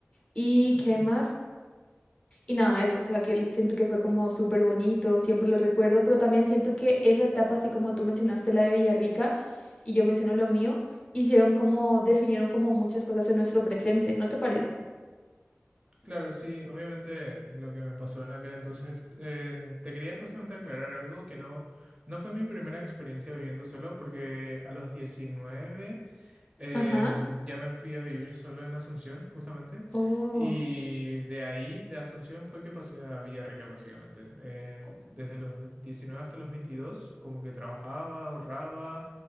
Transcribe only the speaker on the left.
¿Y
qué más? Y nada, eso, o sea, que el- siento que fue como súper bonito, siempre lo recuerdo, pero también siento que esa etapa, así como tú mencionaste la de Villarrica y yo menciono lo mío, hicieron como, definieron como muchas cosas en nuestro presente, ¿no te parece?
Ajá.
Oh,
oh,